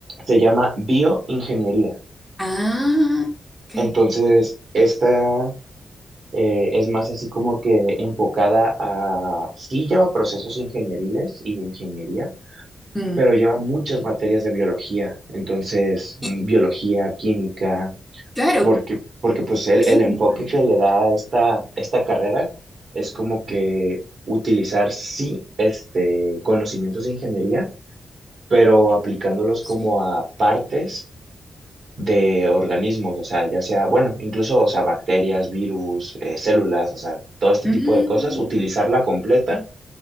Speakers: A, on the right (about 60°); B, in the centre.
A: se llama bioingeniería.
B: Ah, ok.
A: Entonces, esta eh, es más así como que enfocada a, sí lleva procesos ingenieriles y de ingeniería,
B: Mm.
A: pero lleva muchas materias de biología. Entonces,
B: Y
A: mm, biología, química
B: claro,
A: porque, porque pues el,
B: química,
A: el enfoque que le da a esta, esta carrera es como que utilizar sí este, conocimientos de ingeniería, pero aplicándolos
B: sí.
A: como a partes de organismos, o sea, ya sea, bueno, incluso, o sea, bacterias, virus, eh, células, o sea, todo este
B: Mm.
A: tipo de cosas, utilizarla completa